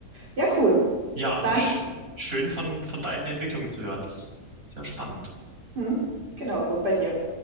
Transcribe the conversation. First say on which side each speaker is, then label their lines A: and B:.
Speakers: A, on the right; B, on the right.
A: Ja, cool.
B: Ja,
A: Dann,
B: sch schön von, von deinen Entwicklungen zu hören. Das ist ja spannend.
A: hm, genau so bei dir.